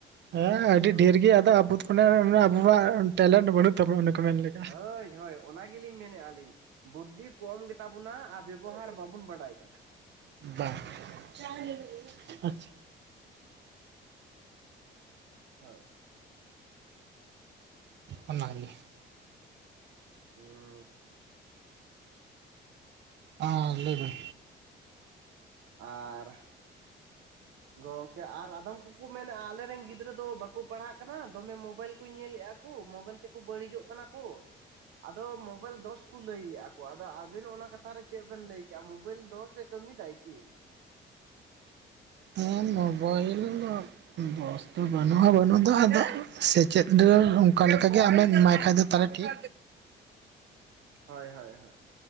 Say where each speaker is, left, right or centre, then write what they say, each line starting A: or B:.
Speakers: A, on the right; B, on the right.
A: ᱦᱮᱸ, ᱟᱹᱰᱤ ᱰᱷᱮᱨ ᱜᱮ ᱟᱫᱚ ᱟᱵᱚ ᱟᱵᱚᱣᱟᱜ ᱴᱮᱞᱮᱱᱴ ᱵᱟᱹᱱᱩᱜ ᱛᱟᱵᱚᱱᱟ, ᱚᱱᱮ ᱠᱚ ᱢᱮᱱ ᱞᱮᱫ,
B: ᱦᱳᱭ ᱦᱳᱭ᱾ ᱚᱱᱟ ᱜᱮᱞᱤᱧ ᱢᱮᱱᱮᱫᱼᱟ ᱞᱤᱧ ᱵᱩᱫᱽᱫᱷᱤ ᱠᱚᱢ ᱜᱮᱛᱟ ᱵᱚᱱᱟ ᱟᱨ ᱵᱮᱵᱚᱦᱟᱨ ᱵᱟᱵᱚᱱ ᱵᱟᱰᱟᱭ ᱠᱟᱱᱟ᱾
A: ᱵᱟᱝ <unintelligible> <unintelligible> ᱟᱪᱪᱷᱟ,
B: ᱦᱳᱭ᱾
A: ᱚᱱᱟ ᱜᱮ᱾
B: ᱦᱩᱸ
A: ᱟ ᱞᱟᱹᱭᱵᱮᱱ?
B: ᱟᱨ᱾ ᱜᱚᱝᱠᱮ ᱟᱨ ᱟᱫᱚᱢ ᱠᱚᱠᱚ ᱢᱮᱱᱮᱜᱼᱟ ᱟᱞᱮ ᱨᱮᱱ ᱜᱤᱫᱽᱨᱟᱹ ᱫᱚ ᱵᱟᱠᱚ ᱯᱟᱲᱦᱟᱜ ᱠᱟᱱᱟ, ᱫᱚᱢᱮ ᱢᱳᱵᱟᱭᱤᱞ ᱠᱚᱧ ᱧᱮᱞᱮᱜᱼᱟ᱾ <unintelligible> ᱢᱳᱵᱟᱭᱤᱞ ᱛᱮᱠᱚ ᱵᱟᱹᱲᱤᱡᱚᱜ ᱠᱟᱱᱟ ᱠᱚ, ᱟᱫᱚ ᱢᱳᱵᱟᱭᱤᱞ ᱫᱚᱥ ᱠᱚ ᱞᱟᱹᱭᱮᱜᱼᱟ᱾ ᱟᱫᱚ ᱟᱵᱮᱱ ᱚᱱᱟ ᱠᱟᱛᱷᱟ ᱨᱮ ᱪᱮᱫ ᱵᱮᱱ ᱞᱟᱹᱭ ᱠᱮᱜᱼᱟ? ᱢᱳᱵᱤᱞ ᱫᱚᱥ ᱮ ᱠᱟᱹᱢᱤᱭᱮᱫᱟᱭ ᱠᱤ?
A: ᱦᱮᱸ, ᱢᱳᱵᱟᱭᱤᱞ ᱫᱚ ᱫᱚᱥ ᱫᱚ ᱵᱟᱹᱱᱩᱜᱼᱟ ᱵᱟᱹᱱᱩᱜ ᱫᱚ, ᱟᱫᱚ ᱥᱮᱪᱮᱫ <unintelligible> ᱚᱱᱠᱟ ᱞᱮᱠᱟ ᱜᱮ ᱟᱢᱮᱢ ᱮᱢᱟᱭ ᱠᱷᱟᱡ ᱫᱚ ᱛᱟᱦᱚᱞᱮ ᱴᱷᱤᱠ
B: ᱦᱚᱭ ᱦᱚᱭ ᱦᱳᱭ ᱾